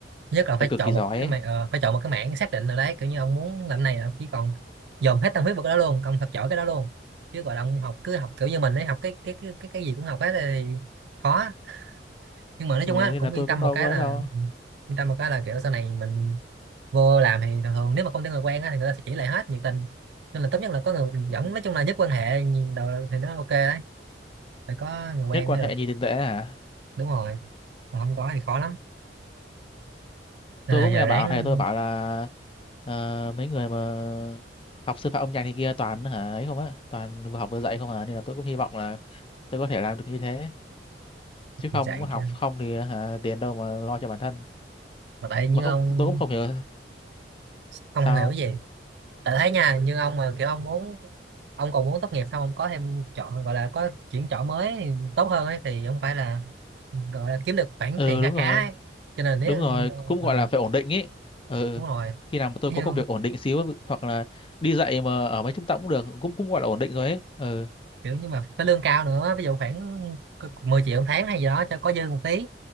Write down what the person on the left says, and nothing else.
phải cực
kỳ giỏi
ấy
ừ,
nên
là tôi
cũng đâu
có ấy
đâu
ừ.
nhất quan
hệ
nhìn tiền tệ hả
tôi
cũng
nghe
bảo thầy tôi bảo là ờ, mấy người mà học sư phạm âm nhạc này kia toàn hả ấy không á toàn vừa học vừa dạy không à nên là tôi cũng hy vọng là tôi có thể làm được như thế chứ
không
học
không thì hả tiền đâu mà lo cho bản thân
mà
không
tôi cũng không hiểu
sao
ừ
đúng rồi
đúng rồi cũng
gọi là phải ổn định ý ừ
khi nào mà tôi
có
công việc ổn định xíu hoặc là đi dạy mà ở mấy trung tâm cũng được cũng cũng gọi là ổn định rồi ấy ừ